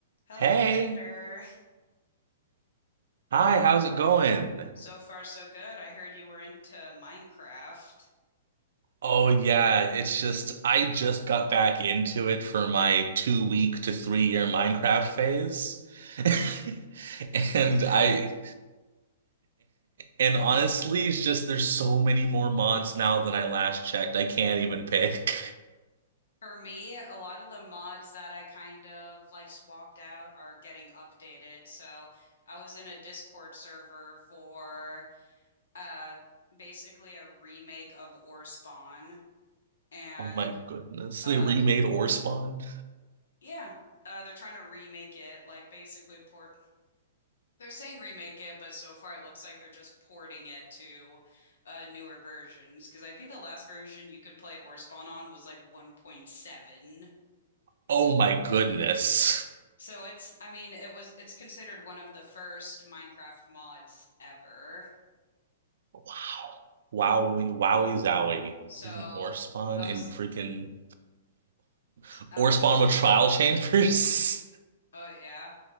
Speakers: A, on the left; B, on the right.
A: Hello,
B: Hey,
A: Victor.
B: hi, how's it going?
A: So far, so good. I heard you were into Minecraft.
B: Oh yeah, it's just I just got back into it for my two week to three year Minecraft phase. <laughs>
A: Dude,
B: And
A: same.
B: I and honestly, it's just there's so many more mods now than I last checked. I can't even pick. <laughs>
A: For me, a lot of the mods that I kind of like swapped out are getting updated. So I was in a Discord server for uh basically a remake of Ore Spawn and
B: Oh my goodness.
A: uh
B: They remade Ore Spawn.
A: yeah, uh they're trying to remake it, like basically port They're saying remake it, but so far it looks like they're just porting it to uh, newer versions. Because I think the last version you could play Orspawn on was like 1.7.
B: Oh my goodness.
A: So it's, I mean, it was, it's considered one of the first Minecraft mods ever.
B: Wow. Wowie, wowie, zowie.
A: So
B: Freaking ore
A: I
B: and
A: was,
B: freaking <laughs>
A: I
B: ore
A: was taught,
B: with trial chambers.
A: oh yeah.